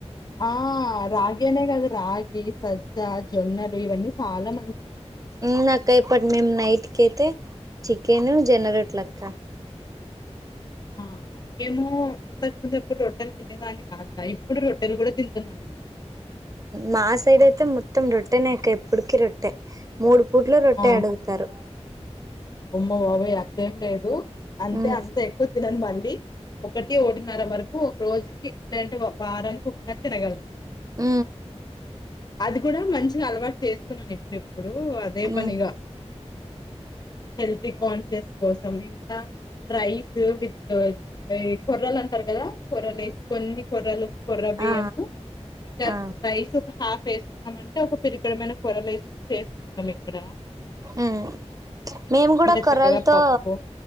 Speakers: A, on the left; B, on the right.
A: ఆ రగి అనే కాదు రగి సజ్జా జొన్నలు ఇవన్నీ చాలా మంచివి
B: ఊ అక్క ఇప్పటి మేము నైట్ కయితే చికెను జొనరొటలక్క
A: ఆ మేము ఇంతకు ముందు ఎప్పుడు రొట్టెలు తినేదాన్ని కాదు రా ఇప్పుడు రొట్టెలు కూడా తింటున్నా నేను
B: మా సైడ్ అయితే మొత్తం రొట్టెనేక ఎప్పుడుకి రొట్టె మూడు పూట్ల రొట్టే
A: ఆ
B: అడుగుతారు
A: అమ్మ బాబోయ అట్ల ఏం లేదు అంతె
B: ఉమ్
A: అంత ఎక్కువ తినను మండీ ఒకటి ఒకటిన్నర వరకు రోజుకి లేదంటే వారానికి ఒకసారి తినగలుతాం
B: ఊ
A: అది కూడా మంచిగా అలవాటు చేసుకున్నాను ఇప్పుడుప్పుడు అదే పనిగా
B: ఉమ్
A: హెల్తీ కాన్షియస్ కోసం ఇంకా రైస్ విత్ ఈ కొర్రలంట టరు కదా కొర్రలు వేస్ కొన్ని కొర్రలు కొర్ర బియ్యము
B: ఆ
A: ఇంకా
B: ఆ
A: రైస్ ఒక హాఫ్ వేసుకున్నామంటే ఒక పిరికడమైన కొరలు వేసుకొని చేసుకుంటాం ఇక్కడ
B: మ్ మేము కూడా
A: ఇంకా
B: కొర్రలతో
A: చక్కగా పప్పు